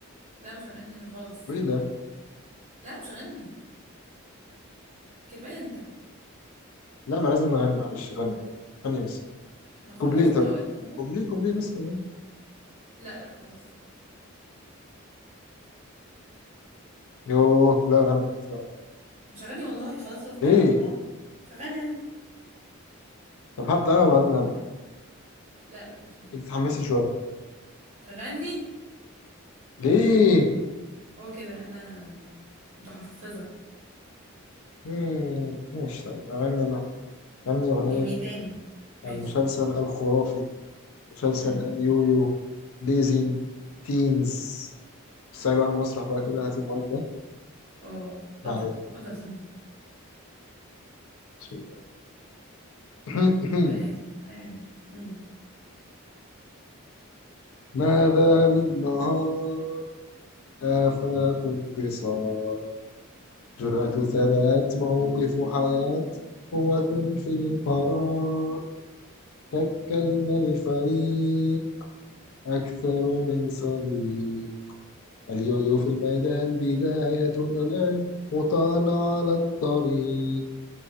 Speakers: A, on the right; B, on the left.
A: لا مش هغني انا خالص
B: وايه ده؟
A: لا مش هغني كفاية انت
B: لا ما لازم نغني معلش غني غني بس
A: ما خلاص
B: كوبليه طيب
A: ما انا قلت اهو
B: كوبليه كوبليه بس كمان
A: لا لا خلاص
B: يوه لا غني مش دعوة
A: مش هغني والله خلاص خلصنا
B: ليه؟
A: بقى الله مش هغني انا
B: طب هبدأ انا وبعدين غني
A: لا لا مش هغني
B: كنت تتحمسي شوية
A: مش هغني
B: ليه؟
A: هو كده انا متحفظة
B: مم، ماشي طيب اغني انا غني اغنية
A: ميمي تاني ماشي
B: المسلسل الخرافي مسلسل
A: امم
B: اليويو ليزنج تينز بس بقى المسرح بقى كده هاتي المايك ده
A: اه
B: معايا
A: اتفضل اتفضل
B: بسم الله. <clears throat>
A: ربنا يس- ربنا يعيننا امم
B: ماذا بالنهار آفاق انتصار جرأة ثبات موقف حياة قوة في القرار شكلنا الفريق أكثر من صديق اليويو في الميدان بدايتنا الآن خطانا على الطريق